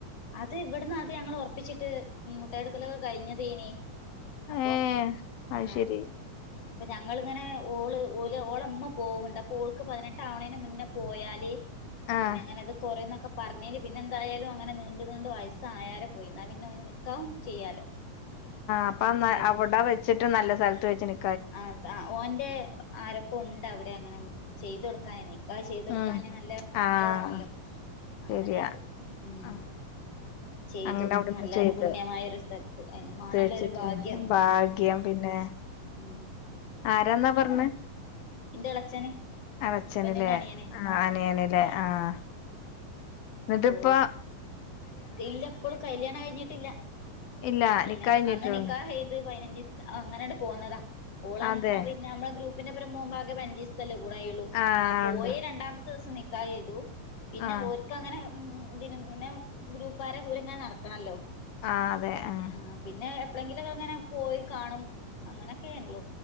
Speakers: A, on the left; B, on the left.
A: അത് ഇവട്ന്ന് അദ്യം ഞങ്ങള് ഒറപ്പിച്ചിട്ട് മുട്ടായൊടുക്കലൊക്കെ കഴിഞ്ഞതേഞ്ഞി അപ്പം
B: ഏഹ് അത്
A: ഏഹ്
B: ശരി
A: അപ്പം ഞങ്ങളിങ്ങനെ ഓള് ഓല് ഓളമ്മ പോവ്ണ്ട് അപ്പൊ ഓൾക്ക് പതിനെട്ടാവുന്നതിന്റെ മുന്നേ പോയാല്
B: ആഹ്
A: പിന്നെങ്ങനെ ഇത് കൊറിംന്നൊക്കെ പറഞ്ഞിനിപിന്നെന്തായാലും ഇങ്ങനെ നീണ്ട് നീണ്ട് വയസ്സായാരെ പോയി ഇന്നാ പിന്നെ ഓന് നിക്കാഹും ചെയ്യാലോ
B: അപ്പ ന്നാ
A: മുഹറമ്ന്ന്
B: അവടെ വെച്ചിട്ട് നല്ല സ്ഥലത്ത് വെച്ച് നി
A: അതാ ഓന്റെ ആരൊക്കൊണ്ടവിടെ അങ്ങനെ ചെയ്തൊടുക്കാനയന് നിക്കാഹ് ചെയ്തൊടുക്കാന്
B: ഉം
A: നല്ല
B: ആഹ്
A: ആളുവാണല്ലോ
B: ശരിയാ
A: അങ്ങനെ ഓ ഹ്മ്മ്
B: ആ
A: ചെയ്തു.
B: അങ്ങനെ അവിടുന്ന്
A: നല്ല
B: ചെയ്ത്
A: പുണ്യമായ ഒരു സ്ഥലത്ത് അതിനമാണല്ലോ
B: വെച്ചിട്ടില്ലേ
A: ഒരു ഭാഗ്യം.
B: ഭാഗ്യം
A: ഹ്മ്മ്
B: പിന്നെ
A: <inaudible>
B: ആരാന്നാ പറഞ്ഞെ
A: എളച്ചന്
B: എളച്ഛന്
A: ഹസ്ബൻഡിന്റെ
B: ലേ
A: അനിയന്
B: ആഹ് അനിയന്ലേ ആഹ് ന്ന്ട്ട്
A: ഓ
B: പ്പാ
A: ഇല്ല ഇപ്പളും കല്യാണം കയിഞ്ഞിട്ടില്ല.
B: ഇല്ല
A: പിന്നെ
B: നിക്കാഹ് കഴിഞ്ഞിട്ടേള്ളൂ
A: അന്ന് നിക്കാഹെയ്ത് പതിനഞ്ചി അങ്ങനാട്ട് പോന്നതാ. ഓളാമ്
B: അതെ
A: പിന്നെ നമ്മളളെ ഗ്രൂപ്പിന്റെപ്പരം പോകുമ്പോ ആകെ പയിനൻഞ്ചിസ് സല്ലേകൂടായൊള്ളൂ.
B: ആഹ്
A: ആ പോയി
B: ഉണ്ട്
A: രണ്ടാമത്തെ ദിവസം നിക്കാഹെയ്തു പിന്നെ
B: ആഹ്
A: ഓൽക്കങ്ങനെ ഇതിന് ഇങ്ങനെ ഗ്രൂപ്പാരെ കൂടെങ്ങനെ നടക്കണല്ലോ
B: ആഹ് അതെ ആഹ്
A: ആഹ് പിന്നെ എപ്പളെങ്കിലൊക്കങ്ങനെ പോയി കാണും. അങ്ങനൊക്കെള്ളു.